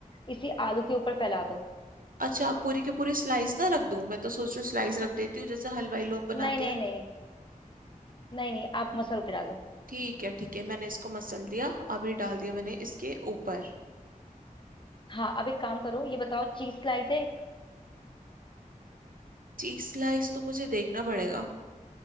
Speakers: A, on the left (about 35°); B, on the right (about 75°).
A: इसी आलू के ऊपर फैला दो
B: अच्छा पूरी की पूरी स्लाइस ना रख दूं मैं तो सोच रही हूँ स्लाइस रख देती हूँ जैसे हलवाई लोग बनाते
A: नहीं नहीं
B: हैं
A: नहीं नहीं नहीं आप मसल के डालो
B: ठीक है ठीक है मैंने इसको मसल दिया अभी डाल दिया मैंने इसके ऊपर
A: हाँ अब एक काम करो ये बताओ चीज स्लाइस है एक
B: चीज स्लाइस तो मुझे देखना पड़ेगा